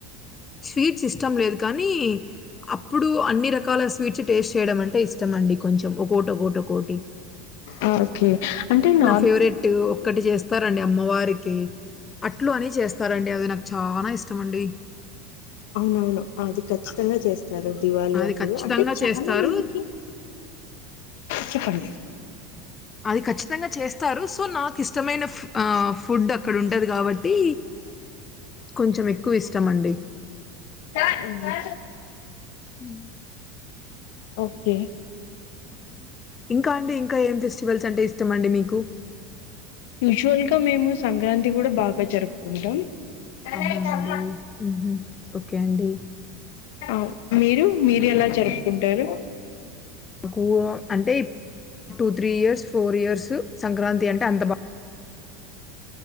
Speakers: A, on the left; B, on the left.
A: స్వీట్స్ ఇష్టం లేదు కానీ అప్పుడు అన్ని ర స్వీట్స్ టేస్ట్ చేయడం అంటే ఇష్టంమండి కొంచెం ఒకోటి ఒకోటి ఒకోటి
B: ఆ ఓకే అంటే నా
A: ఫేవరెట్ ఒక్కటి చేస్తారండి అమ్మవారికి అట్లు అని చేస్తారండి అది నాకు చానా ఇష్టమండి
B: అవునవును అది ఖచ్చితంగా
A: అ
B: చేస్తారు దివాళి
A: అది
B: అప్పుడు
A: ఖచ్చితంగా
B: అంటే చాలా
A: చేస్తారు.
B: మందికి చెప్పండి
A: అది ఖచ్చితంగా చేస్ స్తారు సో నాకు ఇష్టమైన ఫూ ఆ ఫుడ్ అక్కడ ఉండదు కాబట్టి కొంచెం ఎక్కువ ఇష్టం అండి
B: ఉ
A: హ్మ్.
B: ఓకే
A: ఆ! అండి. ఇంకా అండి ఇంకా ఏం ఫెస్టివల్స్ అంటే ఇష్టం అండి మీకు
B: యూజువల్ గా మేము సంక్రాంతి కూడా బాగా జరుపుకుంటాం నాన్న
A: అవునా
B: ఇదో
A: అండి.
B: అమ్మ
A: హుహు. ఓకే అండి.
B: అ మీరు మీరు ఎలా జరుపుకుంటారు
A: నాకు అంటే two three years four years Sankranti అంటే అంత బా